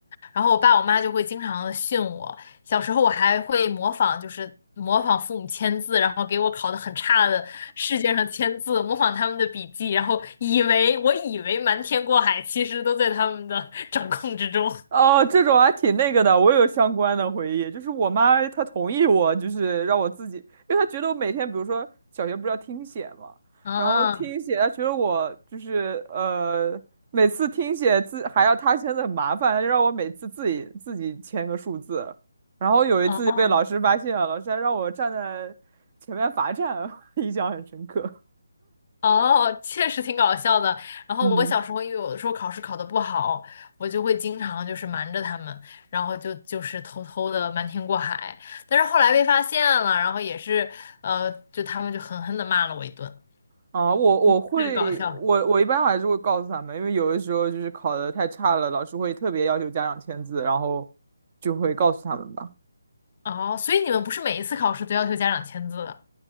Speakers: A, on the left; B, on the right.
A: 然后我爸我妈就会经常的训我。小时候我还会模仿，就是模仿父母签字，然后给我考的很差的试卷上签字，模仿他们的笔记，然后以为我以为瞒天过海，其实都在他们的掌控之中。
B: 哦，这种还挺那个的，我有相关的回忆，就是我妈她同意我，就是让我自己，因为她觉得我每天，比如说小学不是要听写嘛，
A: 啊，
B: 然后听写，她觉得我就是呃，每次听写字还要她签字很麻烦，她就让我每次自己自己签个数字，然后有一次就被老师发现了，
A: 哦。
B: 老师还让我站在前面罚站，<laughs> 印象很深刻。
A: 哦，确实挺搞笑的。然后我小时候，
B: 嗯。
A: 因为有的时候考试考得不好，我就会经常就是瞒着他们，然后就就是偷偷的瞒天过海。但是后来被发现了，然后也是呃，就他们就狠狠的骂了我一顿，
B: 啊，我我会，
A: 特别搞笑。
B: 我我一般还是会告诉他们，因为有的时候就是考的太差了，老师会特别要求家长签字，然后就会告诉他们吧。
A: 哦，所以你们不是每一次考试都要求家长签字的？